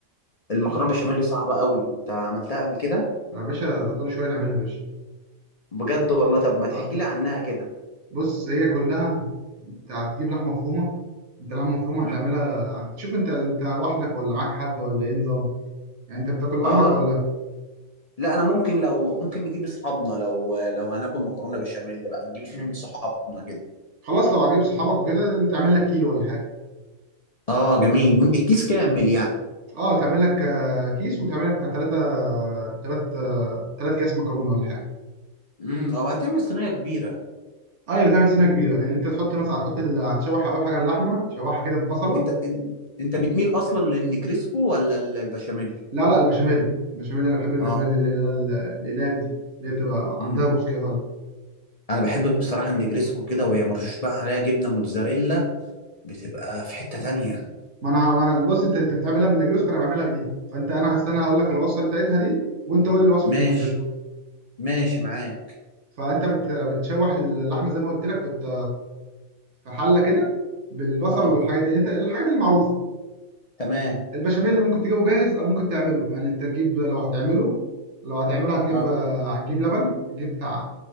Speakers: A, on the left (about 50°); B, on the right (about 55°).
A: المكرونة بشاميل صعبة قوي انت عملتها قبل كده
B: يا باشا ده كل شويه نعملها يا باشا
A: بجد والله طب ما تحكي
B: اه
A: لي عنها كده
B: بص هي كلها انت هتجيب لحمه مفرومه انت لحمه مفرومه
A: مم.
B: هتعملها شوف انت انت لوحدك ولا معاك حد ولا ايه نظام يعني انت بتاكل لوحدك
A: اه
B: ولا
A: لا انا ممكن لو ممكن نجيب اصحابنا لو لو هناكل مكرونه بشاميل بقى نجيب اتنين من صحابنا كده
B: خلاص لو هتجيب صحابك وكده انت تعمل لك كيلو ولا حاجه
A: اه جميل من- الكيس كامل يعني
B: اه تعمل لك آه، كيس وتعمل لك بتاع 3 3 3 كيس مكرونه ولا حاجه
A: امم او هتعمل صينيه كبيره
B: ايوه تعمل سنه كبيره يعني انت تحط مثلا هتحط ال- هتشوح اول حاجه اللحمه تشوحها كده ببصله
A: انت إن- انت بتميل اصلا للنجريسكو ولا ال- البشاميل
B: لا لا البشاميل البشاميل انا بحب البشاميل
A: اه
B: اللي اللي هو ال- القلاب دي اللي هي بتبقى
A: امم
B: عندها بوس كده طالع
A: انا بحب بصراحه النجريسكو كده وهي مرشوش بقى عليها جبنه موتزاريلا بتبقى في حته تانية
B: ما انا ما انا بص انت انت بتعملها بالنجريسكو انا بعملها بدي فانت انا هستنى هقول لك الوصفه بتاعتها دي وانت قول لي وصفه
A: ماشي
B: النجريسكو
A: ماشي معاك
B: فانت بت... بتشوح اللحمه زي ما قلت لك في الت- في حله كده بالبصل
A: اه
B: والحاجات دي انت الحاجات المعروفه
A: تمام
B: البشاميل اللي ممكن تجيبه جاهز او ممكن تعمله يعني انت تجيب لو هتعمله لو هتعمله هتجيب
A: اه
B: آه، هتجيب لبن تجيب بتاع